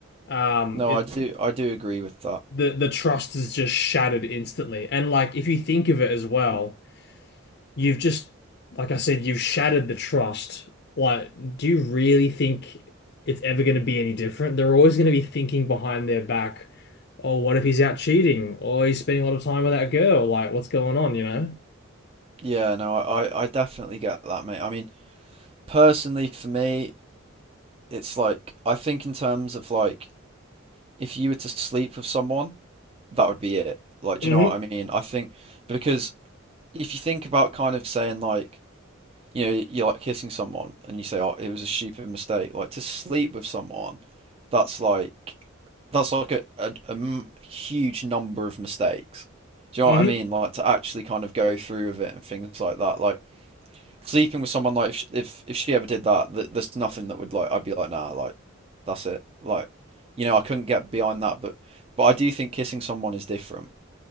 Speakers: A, on the left (about 50°); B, on the right (about 30°).
A: Um,
B: No,
A: it
B: I do I do agree with that.
A: the the trust is just shattered instantly. And like if you think of it as well. you've just, like I said, you've shattered the trust. Like, do you really think it's ever going to be any different? They're always going to be thinking behind their back, oh, what if he's out cheating? Or he's spending a lot of time with that girl. Like, what's going on, you know?
B: Yeah, no, I I I definitely get that, mate. I mean. personally for me, it's like I think in terms of like if you were to sleep with someone, that would be it. Like, do
A: Mm-hmm.
B: you know what I mean? I think because if you think about kind of saying like, you know, you're like kissing someone and you say, "Oh, it was a stupid mistake." Like to sleep with someone, that's like that's like a, a, a m- huge number of mistakes. Do you
A: Mm-hmm.
B: know what I mean? Like to actually kind of go through with it and things like that. Like sleeping with someone like if sh- if if she ever did that, th there's nothing that would like I'd be like nah, like that's it. Like you know I couldn't get behind that, but but I do think kissing someone is different.